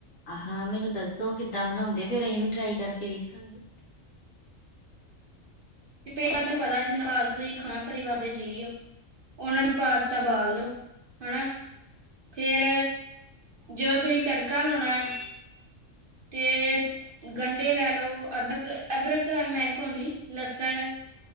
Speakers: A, on the left (about 75°); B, on the right (about 50°).
A: ਹਾਂ ਮੈਨੂੰ ਦੱਸੋ ਕਿੱਦਾਂ ਬਣਾਉਂਦੇ ਫੇਰ ਅਸੀਂ ਵੀ ਟਰਾਈ ਕਰਕੇ ਵੇਖਾਂਗੇ।
B: ਤੇ ਪਹਿਲਾਂ ਤਾਂ ਪਤਾ <unintelligible> ਤੁਸੀਂ ਖਾਣਾ ਪਰਿਵਾਰ ਦੇ ਜੀ ਹੋ। ਉਹਨਾਂ ਲਈ ਪਾਸਤਾ ਉਬਾਲ ਲੋ ਹੈਨਾ। ਫੇਰ ਜਦੋਂ ਤੁਸੀਂ ਤੜਕਾ ਲਾਉਣਾ ਆ। ਤੇ ਗੰਢੇ ਲੈ ਲਓ ਅਦਰਕ ਅਦਰਕ ਤੇ ਵੈਸੇ ਮੈਂ ਨੀ ਪਾਉਂਦੀ ਲਸਣ,